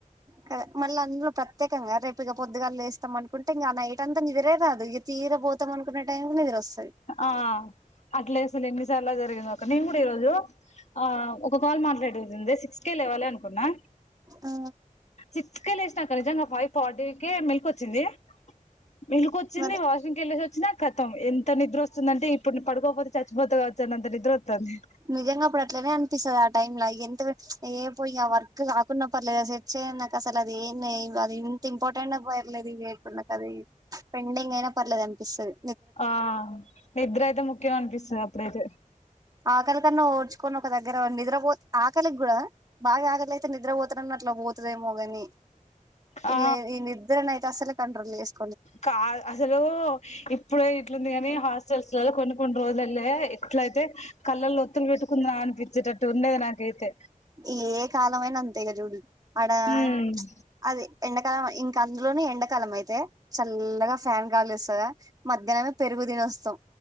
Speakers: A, on the right (about 25°); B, on the left (about 55°).
A: కద మళ్ అంద్ లో పత్తేకంగా రేపు ఇగ పోద్ దుగల్ లేేస్తాం అనుకుంటే ఇంగా ఆ నైట్ అంతా నిదరే రాదు ఇగ తీర పోతాం అనుకునే టైం నిదరోస్
B: ఆ అట్లే లేస్ ల్ ఎన్నిసార్లో జరిగిందొక నేన్ గుడా ఈ రోజు ఆ ఒక కాల్ మాట్లాడేదుంది సిక్స్ కే లేవాలే అనుకున్నా
A: ఆ
B: సిక్స్ కేే లేశ్ నక్క నీజంగా ఫై ఫార్టీకే మెల్ కోచ్చింది మెలు కోచ్చింది
A: మరి
B: వాషూ రూమ్ కేల్లెసోచ్ నా కాతం ఎంత నిద్రోసు వొస్ తున్ అంటే ఇప్ న్ డు పడుకోపోత్ చచ్ పోతగావచ్ అన్ నంతా నిద్రోతాంది
A: నిజంగా అప్పుడు అట్లనే అనిపిస్తది. ఆ టైమ్ ల ఎంత చ్ ఏ పోయి ఆ వర్క్ కాకున్న పర్లేదు సెర్చి నాకు అసలు అది ఏం అది ఇంత ఇంపార్టెంట్ అ పర్లేదు ఇ ఇప్పుడు నాకు అది పెండింగ్ అయినా ప పర్లేదు అనిపిస్తతది.
B: ఆ నిద్రయితే ముఖ్యం అనిపిస్తది అప్పుడైతే
A: ఆకలి కన్న ఓర్చుకోను ఒక దగ్గర నిదర్ బోత్ ఆకలి గుడ బాగా ఆకలయితే నిద్రపోత నునట్లు పోతదేమో గని
B: ఆ
A: ఇల్ లే ఈ నిద్రనైతే అసలే కంట్రోల్ లెస్
B: కాద్ అసలూ ఇప్పుడే ఇట్లుంది గాని హాస్టల్ స్టల్ స్ లలో కొన్ని కొన్ రోజ్ లేళ్ళే ఎట్లయితే కళ్ళల్లో ఒత్తుల్ పెట్టుకుంద్ నా అన్ పిచేటట్టు ఉండేదే నాకేతే
A: ఏ కాల వైయిన అంతే ఇగ జుడు ఆడా
B: ఉమ్
A: చ్ అది ఎండాకాలవై ఇంకా ఇందులోనే ఎండాకాలం అయితే చల్లగా ఫ్యాన్ గాలి వస్తదా, మధ్యాహ్నమే పెరుగు తిని వస్తాం.